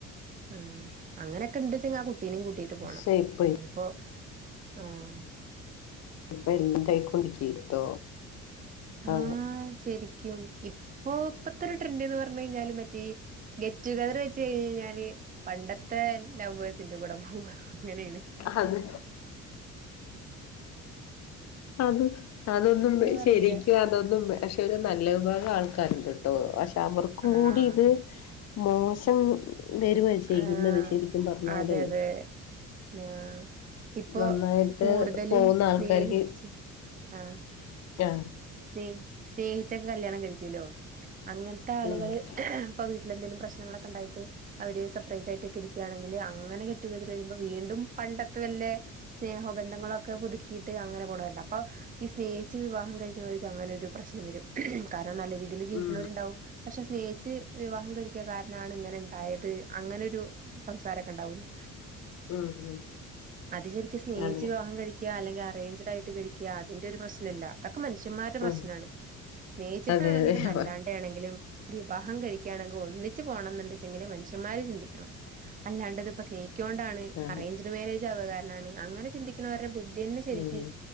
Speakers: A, on the right; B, on the left.
A: ആഹ് അങ്ങനൊക്കെണ്ട്ചെങ്കി ആ കു ട്ടിന്നിം കൂട്ടിയിട്ട്
B: പക്ഷെ
A: പോണം
B: ഇപ്പൊ
A: ഇനിയിപ്പോ ആഹ്
B: <unintelligible>
A: ആഹ്
B: അതെ
A: ശരിക്കും ഇപ്പൊ ഇപ്പത്തെ ഒരു ട്രെൻഡ്ന്ന് പറ്ഞ്ഞയ്ഞ്ഞാല് മറ്റേ ഗെറ്റ് ടുഗതറ് വെച്ച് കഴിഞ്ഞ് കഴിഞ്ഞാല് പണ്ടത്തെ ലവ്വേഴ്സിന്റെ കൂടെ പോവ ങ്ങനെയാണ്
B: അത് അത് അതൊന്നും
A: പറയാ
B: ശരിക്കും അതൊന്നും ശെരിക്കും ഒരു നല്ല വിഭാഗം ആൾക്കാരുണ്ട് ട്ടോ പക്ഷെ അവർക്കും
A: ആഹ്
B: കൂടി ഇത് മോശം പേര് ചെയ്യുന്നത്
A: ആഹ്
B: ശരിക്കും പറ്ഞ്ഞാല്
A: അതെ അതെ ആഹ് ഇപ്പോ
B: നന്നായിട്ട്
A: കൂടുതലും
B: പോകുന്ന
A: സ്നേഹിച്ച്
B: ആൾക്കാർക്ക്
A: ആഹ്
B: ആഹ്
A: സ്നേഹ സ്നേഹിച്ചൊക്കെ കല്യാണം കഴിക്കുല്ലോ അങ്ങൻത്തെ ആള്കള്
B: ഉം
A: ഇപ്പൊ വീട്ടിലെന്തെങ്കിലും പ്രശ്നങ്ങളൊക്കെ ണ്ടായിട്ട് അവര് സെപ്പറേറ്റ് ആയിട്ടൊക്കെ ഇരിക്ക്യാണെങ്കില് അങ്ങനെ കെറ്റുകതർ വരുമ്പോ വീണ്ടും പണ്ടത്തെ വല്ലെ സ്നേഹോ ബന്ധങ്ങളോ ഒക്കെ പുതുക്ക്കീട്ട് അങ്ങനെ പോകണമായിരുന്നു സ്നേഹിച്ച് വിവാഹം കഴിക്ക ചെലോർക്ക് അങ്ങനൊരു പ്രശ്നം വരും കാരണം നല്ല രീതിയിൽ ജീവിക്ക്
B: ഉം
A: ണ വര്ണ്ടാവും പക്ഷെ സ്നേഹിച്ച് വിവാഹം കഴിക്കാ കാരനാണ് ഇങ്ങനെ ഇണ്ടായത് അങ്ങനൊരു സംസാരൊക്കെ ഉണ്ടാവുമല്ലോ
B: ഉം ഉം
A: അത് ശരിക് സ്നേഹിച്ച്
B: അതെ
A: വിവാഹം കഴി ക്കാ അല്ലെങ്കി അറേഞ്ച്ഡയ്ട്ട് കഴിക്ക അതിന്റൊരു പ്രശ്നല്ല ക്കെ മനുഷ്യന്മാരുടെ പ്രശ്നാണ്
B: ഉം
A: സ്നേഹിച്ചിട്ടാണെങ്കിലും
B: അതെ അതെ
A: അല്ലാണ്ടാണെങ്കിലും വിവാഹം കഴിക്കാണെങ്കി ഒന്നിച്ച് പോണം ന്ന്ണ്ട്ച്ചെങ്കില് മനുഷ്യന്മാര് ചിന്തിക്കണം അല്ലാത് പ്പ സ്നേഹിക്കൊണ്ടാണ്
B: അതെ
A: അറേഞ്ച്ഡ് മാരേജ് ആവകാരനാണ് അങ്ങനെ ചിന്തി ണോരുടെ ബുദ്ധിയന്നെ ശരിക്ക്
B: ഉം